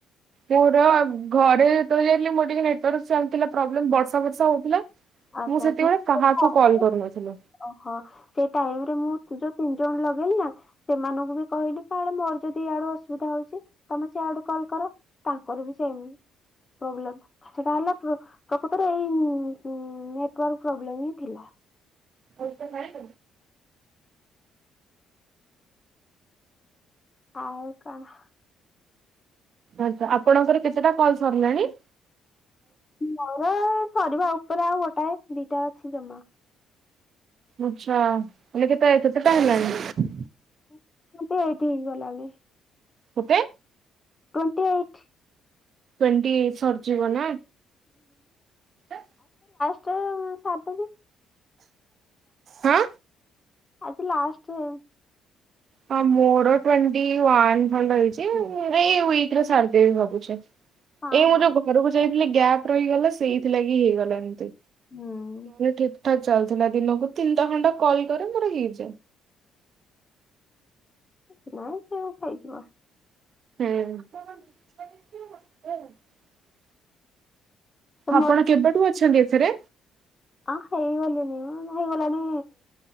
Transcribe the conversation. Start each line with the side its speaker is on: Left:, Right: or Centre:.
Right: ପୁରା ଘରେ ଯେତବେଳେ ହେଲେ ମୋର ଟିକେ ନେଟାୱାର୍କ ଚାଲିଥିଲା ପ୍ରୋବ୍ଲେମ୍ ବର୍ଷା ବର୍ଷା ହଉଥିଲା।
Left: ଆଛା
Right: ମୁଁ ସେତେବେଳେ
Left: ଆଛା
Right: କାହାକୁ
Left: ଓହୋ
Right: କଲ୍ କରୁନଥିଲି।
Left: ହ ସେ ଟାଇମ୍ ରେ ମୁଁ ଯୋଉ ତି ଜଣ ଲଗେଇଲି ନା ସେମାନଙ୍କୁ ବି କହିଲି କଳେ ମୋର ଯଦି ଇଆଡୁ ଅସୁବିଧା ହଉଛି ତମେ ସିଆଡୁ କଲ୍ କର ତାଙ୍କର ବି ସେଇ ପ୍ରୋବ୍ଲେମ ସେଟା ହେଲା ପ୍ର ପ୍ରକୃତରେ ଏଇ ଇ ଇ ନେଟୱାର୍କ ପ୍ରୋବ୍ଲେମ୍ ହିଁ ଥିଲା।
Right: ହତ ଖାଇ
Left: ଆଉ କଣ?
Right: ଆଛା ଆପଣଙ୍କର କେତେଟା କଲ୍ ସରିଲାଣି?
Left: ମୋର ଅ ସରିବା ଉପରେ ଆଉ ଗୋଟାଏ ଦିଟା ଅଛି ଜମା।
Right: ଆଛା ମାନେ କେତେ କେତେ ଟା ହେଲାଣି?
Left: <unintelligible>
Right: କେତେ?
Left: Twenty eight.
Right: ଟ୍ୱଣ୍ଟି ଏଇଟ୍ ସରିଯିବ ନା? ଆ
Left: ସାତ ବଜ
Right: ହୁଁ।
Left: ଆଜି ଲାଷ୍ଟ।
Right: ହଁ ମୋର ଟୋନଟି ୱ‌‌ଆନ ଖଣ୍ଡେ ହେଇଚି ଏଇ ୱ‌ଇକ ରେ ସାରିଦେବି ଭାବୁଛି। ଏଇ
Left: ହଁ
Right: ମୁଁ
Left: ହଁ।
Right: ଯୋଉ ଘରକୁ ଯାଇଥିଲି। ଗ୍ୟାପ ରହିଗଲା ସେଇଥିଲାଗି ହେଇଗଲା ଏମିତି। <unintelligible>
Left: ହୁଁ।
Right: ଠାକ ଚାଲିଥିଲା ଦିନକୁ ତିନିଟା ଘଣ୍ଟା କଲ କରେ ମୋର ହେଇଯାଏ।
Left: ସେ ସେ ହେଇଯିବ।
Right: ହୁଁ।
Left: ତ
Right: ଆପଣ କେବେଠୁ ଅଛନ୍ତି ଏଥିରେ।
Left: ଆ ହେଇଗଲିଣିି ହେଇଗଲାଣିି